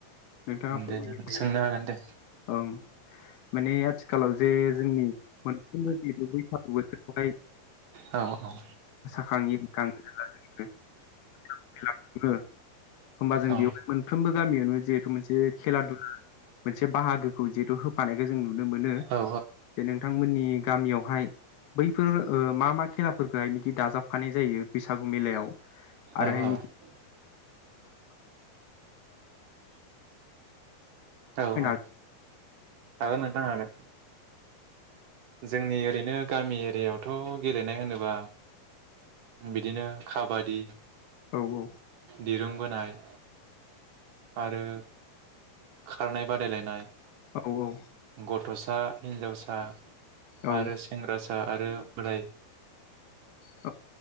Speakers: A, on the left; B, on the right.
A: नोंथाङा फोरमायनो
B: दे
A: हायो।
B: सोंनो हागोन दे
A: ओं माने आथिखालाव जे जोंनि मोनफ्रोमबो जिथु बैसागु बोसोरावहाय
B: औ औ
A: खाङि <unintelligible> <unintelligible> होनबा जों बेयाव
B: औ
A: मोनफ्रोमबो गामियावनो जिहेथु मोनसे खेला दुला मोनसे बाहागोखौ जिहेतु होफानायखौ जों नु नुनो मोनो
B: औ
A: जे नोंथांमोननि गामियावहाय बैफोर मा मा खेलाफोरखौहाय दाजाबफानाय जायो बैसागु मेलायाव आरोहाय
B: औ औ औ औ
A: <unintelligible>
B: हागोन नोंथां हागोन। जोंनि ओरैनो गामि एरियायावथ' गेलेनाय होनोब्ला बिदिनो काबादि
A: औ औ
B: दिरुं बोनाय आरो खारनाय बादायलायनाय
A: औ औ
B: गथ'सा हिनजावसा
A: औ
B: आरो
A: औ
B: सेंग्रा सिख आरो बोदाय
A: औ ओं